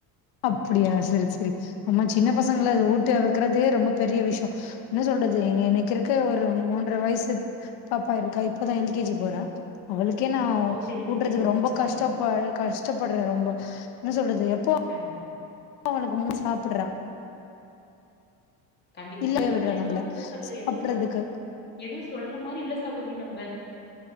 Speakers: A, on the left; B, on the left.
A: அப்டியா சரி சரி ஆமா சின்ன பசங்கள அத ஊட்டு வளக்கறதே ரொம்ப பெரிய விஷய என்ன சொல்றது எனக்கு இருக்க ஒரு மூன்ற வயசு பாப்பா இருக்கா இப்பதா எல்கேஜி போறா அவளுக்கே நா
B: ஓ செரிங்க
A: ஊட்டுறதுக்கு
B: செரிங்க
A: ரொம்ப
B: சகோதரி
A: கஷ்டப்ப கஷ்டப்படுறே ரொம்ப என்ன சொல்றது எப்போ
B: கண்
A: அவனக்கு முன் சாப்புட்றா
B: கண்டிப்ப இப்ப
A: இல்லயே
B: இருக்க
A: விடுறா
B: பிள்ளைங்களா
A: நம்மள
B: அப்டிதா சகோதரி
A: சாப்புட்றதுக்கு
B: எதுவு சொல்றதில்ல எதும் சொல்ற மாதிரி இல்ல சகோதரி நம்ப